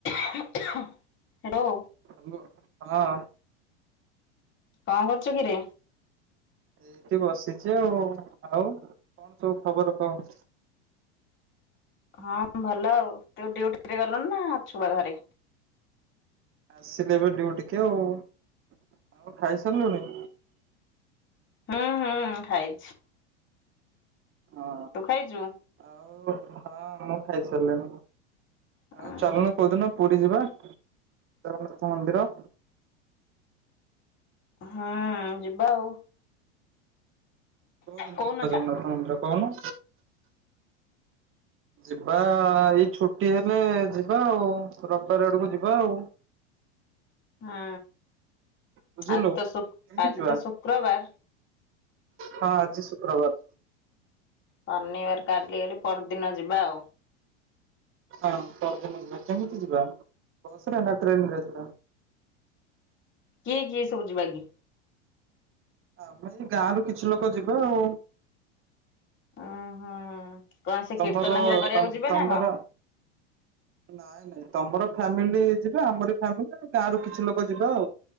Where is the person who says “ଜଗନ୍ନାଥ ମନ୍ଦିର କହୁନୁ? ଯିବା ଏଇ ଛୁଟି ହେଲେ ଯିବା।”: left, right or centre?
Right